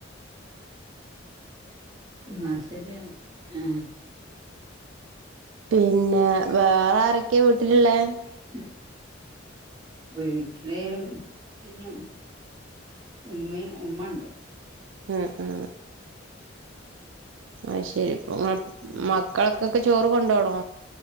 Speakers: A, on the right; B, on the right.
A: മ് അത് ശരിയാണ് ആഹ്
B: പിന്നെ വേറാരൊക്കെയാ വീട്ടിലുള്ളേ?
A: <inaudible> വീട്ടില് പിന്നെ ഉം ഉമ്മയും ഉമ്മ ഇണ്ട്
B: ഉം ഉം ആ ശരി അപ്പോ മ
A: ഉം
B: മക്കളക്കക്കെ ചോറ് കൊണ്ടോണോ